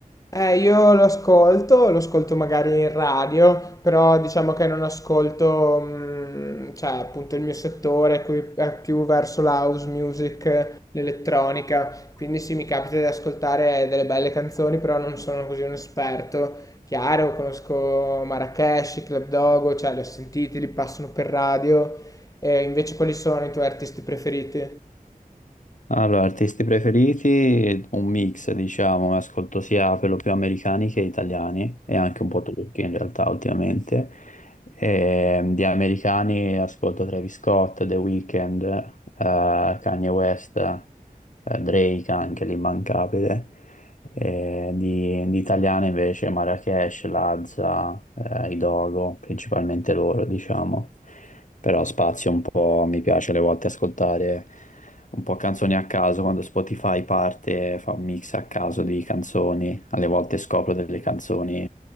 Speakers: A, on the left (about 20°); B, on the left (about 55°).
A: Eh, io lo ascolto, lo ascolto magari in radio, però diciamo che non ascolto, mm, cioè appunto il mio settore qui è più verso la house music, l'elettronica, quindi sì, mi capita di ascoltare delle belle canzoni, però non sono così un esperto. Chiaro, conosco Marrakesh, Club Dogo, cioè li ho sentiti, li passano per radio, e invece quali sono i tuoi artisti preferiti?
B: Allora, artisti preferiti, un mix, diciamo, ascolto sia per lo più americani che italiani e anche un po' turchi in realtà ultimamente. E, di americani ascolto Travis Scott, The Weeknd, eh, Kanye West, eh, Drake anche l'immancabile. E di, di italiani invece Marrakesh, Lazza, eh, i Dogo, principalmente loro, diciamo. Però spazio un po', mi piace alle volte ascoltare un po' canzoni a caso, quando Spotify parte fa un mix a caso di canzoni, alle volte scopro delle canzoni